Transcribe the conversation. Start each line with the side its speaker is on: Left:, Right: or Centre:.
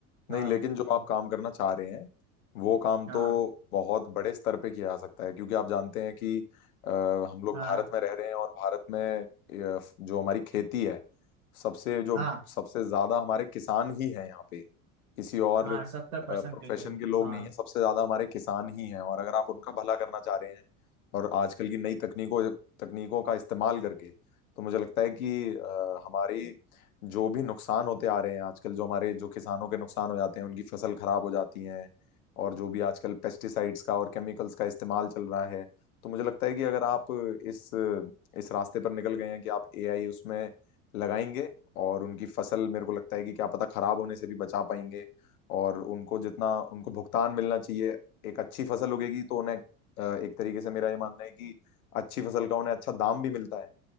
Left: नहीं
Right: हाँ
Left: लेकिन जो आप
Right: तो
Left: काम करना चाह रहे हैं वो काम
Right: हाँ
Left: तो बहुत बड़े स्तर पे किया जा सकता है क्योंकि आप जानते हैं कि अ, हम लोग
Right: हाँ
Left: भारत में रह रहे हैं और भारत में अ, जो हमारी खेती है सबसे जो
Right: हाँ
Left: सबसे ज्यादा हमारे किसान ही हैं यहाँ पे किसी और
Right: हाँ सत्तर
Left: प्रोफेशन
Right: परसेंट के करीब
Left: के लोग
Right: हाँ
Left: नहीं है सबसे ज्यादा हमारे किसान ही हैं और अगर आप उनका भला करना चाह रहे हैं और आजकल की नई तकनीकों तकनीकों का इस्तेमाल करके तो मुझे लगता है कि अ, हमारी जो भी नुकसान होते आ रहे हैं आजकल जो हमारे जो किसानों के नुकसान हो जाते हैं उनकी फसल खराब हो जाती है और जो भी आजकल पेस्टिसाइड्स का और केमिकल्स का इस्तेमाल चल रहा है तो मुझे लगता है कि अगर आप इस इस रास्ते पर निकल गए हैं कि आप एआई उसमें लगाएंगे और उनकी फसल मेरे को लगता है कि क्या पता खराब होने से भी बचा पाएंगे और उनको जितना उनको भुगतान मिलना चाहिए एक अच्छी फसल उगेगी तो उन्हें अ, एक तरीके से मेरा ये मानना है कि अच्छी फसल का उन्हें अच्छा दाम भी मिलता है